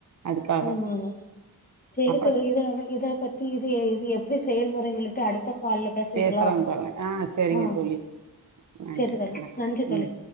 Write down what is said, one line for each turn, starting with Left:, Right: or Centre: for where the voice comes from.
Right: அதுக்காக
Left: ஆமா ஆமா செரி
Right: அப்புறோ
Left: தோழி இத இத பத் தி இது இது எப்டி செயல்வறங்களுக்கு அடுத்த கால்ல பேசுவீங்க்ளா
Right: பேசலாம் தோழி ஆ சரிங்க
Left: ஆ
Right: தோழி நன்றி
Left: செரி தோழி
Right: வணக்கம்
Left: நன்றி தோழி
Right: ம்